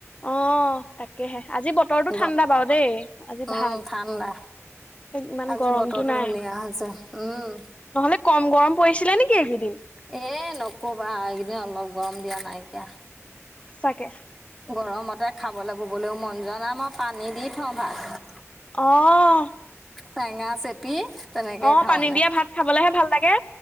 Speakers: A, on the left; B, in the centre.
A: অ' তাকেহে। আজি বতৰটো ঠাণ্ডা
B: গ
A: বাৰু দেই। আজি
B: উম,
A: ভাল।
B: ঠাণ্ডা।
A: ইমান
B: আজি
A: গৰমটো
B: বতৰটো
A: নাই
B: ধুনীয়া হৈছে। উম।
A: নহ'লে কম গৰম পৰিছিলে নেকি এইকেইদিন।
B: এ নকবা এইকেইদিন অলপ গৰম দিয়া নাই এতিয়া।
A: চাগে।
B: গৰমতে খাবলৈ ববলৈও মন যোৱা নাই, মই পানী দি থওঁ ভাত
A: অ'।
B: টেঙা চেপি তেনেকে
A: অ',
B: খাওঁ
A: পানী
B: মানে।
A: দিয়া ভাত খাবলেহে ভাল লাগে